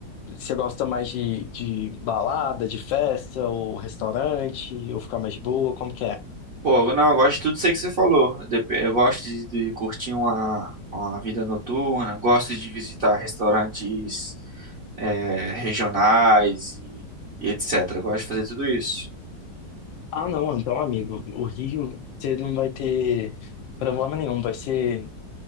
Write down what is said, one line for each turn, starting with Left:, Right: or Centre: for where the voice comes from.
Left: Você gosta mais de, de balada, de festa, ou restaurante, ou ficar mais de boa? Como que é?
Right: Pô, não, eu gosto de tudo isso aí que você falou. Dep- Eu gosto de, de curtir uma, uma vida noturna, gosto de visitar restaurantes é, regionais e, e etc. Eu gosto de fazer tudo isso.
Left: Ah, não, então, amigo, o Rio, você não vai ter problema nenhum, vai ser,